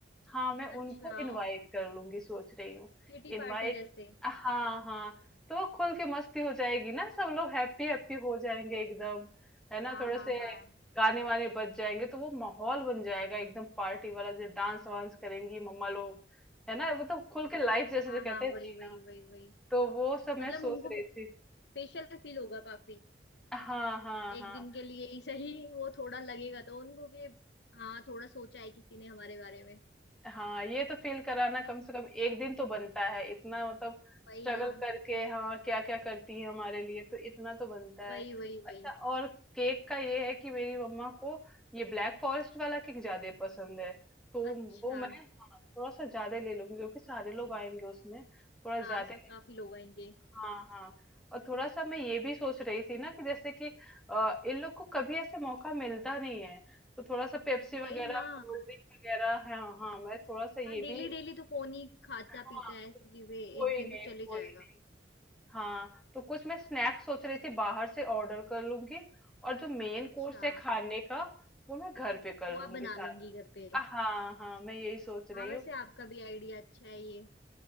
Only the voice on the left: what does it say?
अच्छा
किटी
पार्टी जैसे
हाँ
हाँ
हाँ
हाँ
हाँ
वही
वही वही वही
मतलब
उनको
स्पेशल फील होगा काफी
एक दिन के लिए ही सही वो थोड़ा लगेगा तो उनको कि हाँ थोड़ा सोचा है किसी ने हमारे बारे में
वही
ना
वही वही
वही
अच्छा
हाँ
सो काफी लोग आएंगे
वही
ना
हाँ डेली
डेली तो कौन ही खाता
पीता है ऐसी चीजें एक
दिन
तो चले
जाएगा
अच्छा
वो
आप बना
लेंगी घर पे
हाँ वैसे
आपका भी आइडिया अच्छा है ये